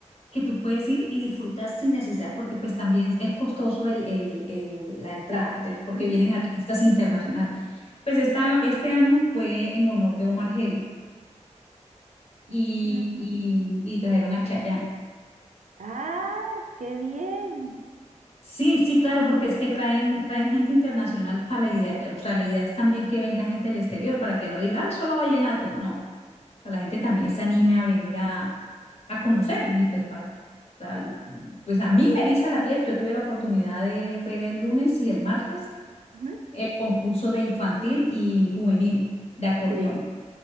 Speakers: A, on the left (about 55°); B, on the right (about 80°).
A: que tú puedes ir y disfrutar sin necesidad, porque pues también es costoso el, el- el- la entrada, de- porque
B: Ujú,
A: vienen artistas internacionales. Pues esta, este año fue en honor de Omar Geles y,
B: ujú. Mm.
A: y, y trajeron a Chayanne.
B: Ah, qué bien.
A: Sí, sí, claro, porque es que traen, traen gente internacional para la idea, eh, o sea, la idea es también que venga gente del exterior para que no diga, ay, solo vallenato, no. sea, la gente también se anime a venir a, a conocer y pues para, para- pues a mí me eriza la piel, yo tuve la oportunidad de ver el lunes y el martes
B: Ujú.
A: el concurso de infantil y juvenil de acordeón
B: Sí.